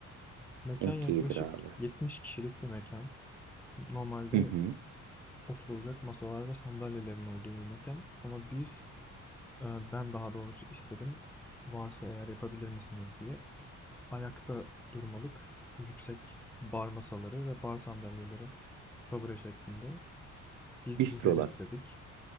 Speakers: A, in the centre; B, on the right (about 80°).
A: Mekan
B: Okeydir
A: yaklaşık
B: abi.
A: 70 kişilik bir mekan. Normalde
B: Hı hı.
A: oturulacak masalar ve sandalyelerin olduğu bir mekan. Ama biz, e, ben daha doğrusu istedim. Varsa eğer yapabilir misiniz diye. Ayakta durmalık yüksek bar masaları ve bar sandalyeleri tabure şeklinde. Biz
B: Bistrolar.
A: dizeriz dedik.